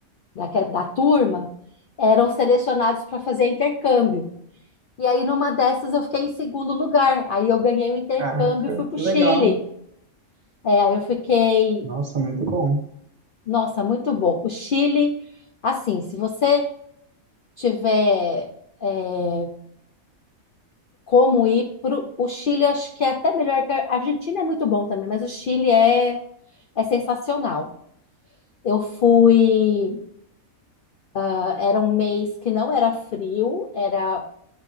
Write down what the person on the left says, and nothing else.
da, da turma eram selecionados para fazer intercâmbio. E aí, numa dessas, eu fiquei em segundo lugar. Aí, eu ganhei o intercâmbio
e fui para
o Chile.
É, aí eu fiquei,
nossa, muito bom. O Chile, assim, se você tiver é, como ir para o Chile, acho que é até melhor que a a Argentina é muito bom também, mas o Chile é, é sensacional. Eu fui, ah, era um mês que não era frio, era